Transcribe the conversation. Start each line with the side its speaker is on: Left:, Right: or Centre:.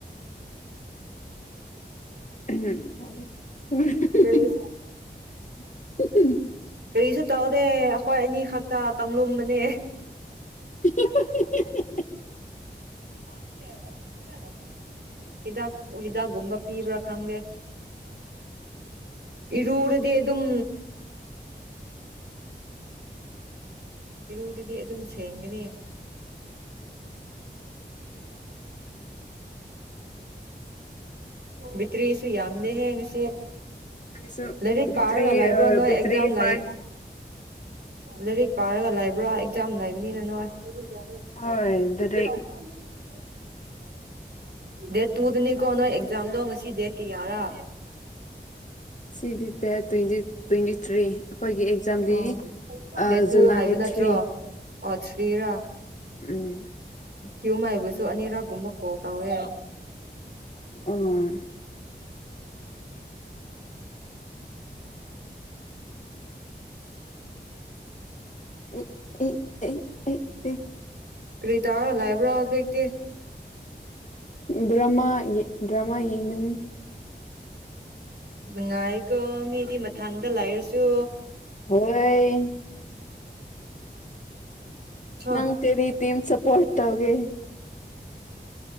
Left: ꯎꯝ
Right: ꯀꯔꯤ ꯀꯔꯤꯁꯨ ꯇꯧꯗꯦ ꯑꯈꯣꯏ ꯑꯅꯤ ꯈꯛꯇꯥ ꯇꯪꯂꯨꯝꯕꯅꯦ꯫
Left: <inaudible>
Right: <unintelligible> ꯍꯤꯗꯥꯛ ꯎꯏ ꯍꯤꯗꯥꯛꯒꯨꯝꯕ ꯄꯤꯕ꯭ꯔꯥ ꯈꯡꯗꯦ ꯏꯔꯨꯔꯗꯤ ꯑꯗꯨꯝ ꯏꯔꯨꯗꯗꯤ ꯑꯗꯨꯝ ꯁꯦꯡꯒꯅꯤ꯫ ꯕꯤꯠꯇ꯭ꯔꯤꯁꯨ ꯌꯥꯝꯗꯦꯍꯦ ꯉꯁꯤ꯫
Left: ꯑꯩꯁꯨ
Right: ꯂꯥꯏꯔꯤꯛ
Left: ꯕꯤꯇ꯭ꯔꯤ
Right: ꯄꯥꯔꯒ ꯂꯩꯕ꯭ꯔꯣ ꯅꯣꯏ
Left: ꯕꯤꯇ꯭ꯔꯤ
Right: ꯑꯦꯛꯖꯥꯝ ꯂꯩ
Left: ꯐꯥꯏꯚ
Right: ꯂꯥꯏꯔꯤꯛ ꯄꯥꯔꯒ ꯂꯩꯕ꯭ꯔꯥ ꯑꯦꯛꯖꯥꯝ ꯂꯩꯕꯅꯤꯅ ꯅꯣꯏ꯫ <unintelligible>
Left: ꯍꯣꯏ ꯗꯥꯏꯔꯦꯛ
Right: ꯗꯦꯠ ꯇꯨꯗꯅꯤꯀꯣ ꯅꯣꯏ ꯑꯦꯛꯖꯥꯝꯗꯣ ꯉꯁꯤ ꯗꯦꯠ ꯀꯌꯥꯔꯥ꯫
Left: ꯁꯤꯗꯤ ꯗꯦꯠ ꯇ꯭ꯋꯦꯟꯇꯤ ꯇ꯭ꯋꯦꯟꯇꯤ ꯊ꯭ꯔꯤ ꯑꯈꯣꯏꯒꯤ ꯑꯦꯛꯖꯥꯝꯗꯤ
Right: ꯑꯣ
Left: ꯑ
Right: ꯗꯦꯠ ꯇꯨ
Left: ꯖꯨꯂꯥꯏ
Right: ꯍꯥꯏꯕ ꯅꯠꯇ꯭ꯔꯣ
Left: ꯊ꯭ꯔꯤ꯫
Right: ꯑꯣ ꯊ꯭ꯔꯤꯔꯥ꯫
Left: ꯎꯝ
Right: ꯊꯤꯌꯨꯃꯥꯏ ꯕꯨꯁꯨ ꯑꯅꯤꯔꯛꯒꯨꯝꯕ ꯀꫭꯜ ꯇꯧꯋꯦ꯫
Left: ꯑꯥ ꯑꯦ ꯑꯦ ꯑꯦ ꯑꯦ
Right: ꯀꯔꯤ ꯇꯧꯔ ꯂꯩꯕ꯭ꯔꫭ ꯍꯧꯖꯤꯛꯇꯤ꯫
Left: ꯗ꯭ꯔꯃꯥ ꯌꯦ ꯗ꯭ꯔꯃꯥ ꯌꯦꯡꯕꯅꯤ꯫
Right: ꯅꯨꯡꯉꯥꯏꯀꯣ ꯃꯤꯗꯤ ꯃꯊꯥꯟꯇ ꯂꯩꯔꯁꯨ꯫
Left: ꯍꯣꯏ
Right: ꯁꯣ
Left: ꯅꯪ ꯀꯦꯔꯤ ꯇꯤꯝ ꯁꯄꯣꯔꯠ ꯇꯧꯒꯦ꯫ <inaudible>